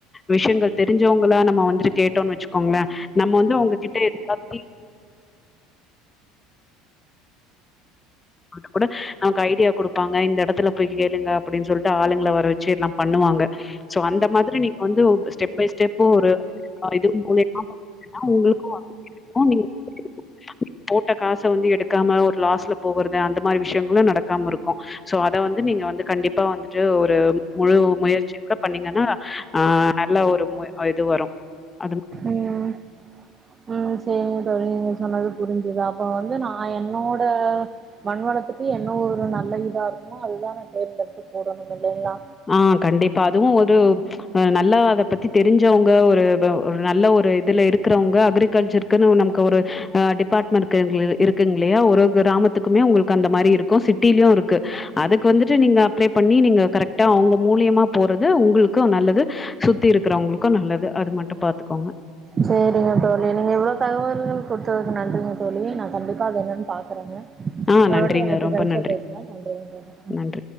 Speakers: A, on the left; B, on the right.
A: விஷயங்கள் தெரிஞ்சவுங்ளா நம்ம வந்துட்டு கேட்டோன் வச்சுக்கோங்ளே நம்ம வந்து அவுங்க கிட்ட எல்லாத்தையு வந்து கூட நமக்கு ஐடியா குடுப்பாங்க இந்த இடத்துல போய் கேளுங்க அப்படின் சொல்ட்டு ஆளுங்கள வர வச்சு எல்லா பண்ணுவாங்க சோ அந்த மாதிரி நீங்க வந்து ஸ்டெப் பை ஸ்டெப்பு ஒரு இது மூலியமா <unintelligible> போட்ட காச வந்து எடுக்காம ஒரு லாஸ்ல போகுறது அந்த மாரி விஷயங்களு நடக்காம இருக்கு சோ அத வந்து நீங்க வந்து கண்டிப்பா வந்துட்டு ஒரு முழு முயற்சி க்க பண்ணீங்கன்னா ஆ நல்ல ஒரு மு இது வரு அது
B: ம் ம் சேரிங்க தோழி நீங்க சொன்னது புரிஞ்சுது அப்ப வந்து நா என்னோட மண் வளத்துக்கு என்ன ஒரு நல்ல இதா இருக்குமோ அதுதா நா தேர்ந்தெடுத்து போடணும் இல்லிங்ளா
A: ஆ கண்டிப்பா அதுவும் ஒரு நல்லா அத பத்தி தெரிஞ்சவங்க ஒரு நல்ல ஒரு இதுல இருக்கறவங்க அக்ரிகல்ச்சர் க்கு நமக்கு ஒரு டிபார்ட்மெண்ட்க்கு இருக் இருக்குங்கில்லியா ஒரு ஒரு கிராமத் க்குமே உங்களுக்கு அந்த மாரி இருக்கு சிட்டியிலயு இருக்கு அதுக்கு வந்துட்டு நீங்க அப்ளே பண்ணி நீங்க கரெக்ட் ட்டா அவங்க மூலியமா போறது உங்களுக்கு நல்லது சுத்தி இருக்கிறவங்களுக்கு நல்லது அது மட்டு பாத்துக்கோங்க
B: சேரிங்க தோழி நீங்க இவ்ளோ தகவல்கள் குடுத்ததுக்கு நன்றிங்க தோழி நா கண்டிப்பா அது என்னன்னு பாக்குறேங்க
A: ஆ
B: இன்னொரு
A: நன்றிங்க.
B: வாட்டி வாய்ப்பு
A: ரொம்ப
B: கிட்டச்சா
A: நன்றி.
B: பேசலாம் நன்றிங்க தோழி
A: நன்றி.